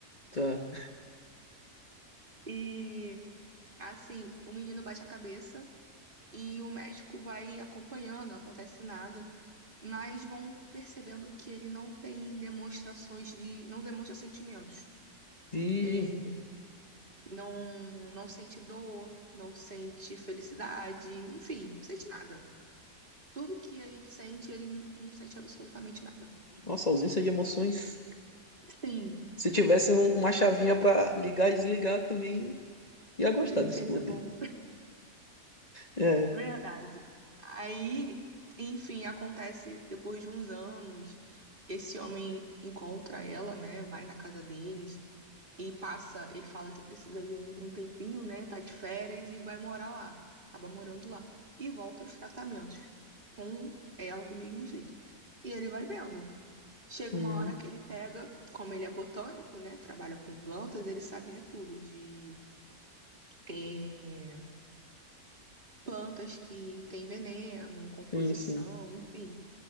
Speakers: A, on the left; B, on the right.
A: tá.
B: E, assim, o menino bate a cabeça e o médico vai acompanhando, não acontece nada. Mas vão percebendo que ele não tem demonstrações de. Não demonstra sentimentos.
A: Virgem.
B: É, não, não sente dor, não sente felicidade, enfim, não sente nada. Tudo que a gente sente, ele não sente absolutamente nada.
A: Nossa, ausência de emoções.
B: Sim.
A: Se tivesse um- uma chavinha pra ligar e desligar, também ia
B: <laughs>
A: gostar desse
B: Seria
A: poder.
B: bom.
A: É.
B: Verdade. Aí, enfim, acontece depois de uns anos, esse homem encontra ela, né? Vai na casa deles e passa. Ele fala que precisa de um, um tempinho, né? Tá de férias e vai morar lá. Acaba morando lá. E volta aos tratamentos com ela do mesmo jeito. E ele vai vendo. Chega
A: Uhum.
B: uma hora que ele pega, como ele é botânico, né? Trabalha com plantas, ele sabe de tudo, de. eh, plantas que têm veneno, composição,
A: Sim, sim.
B: enfim.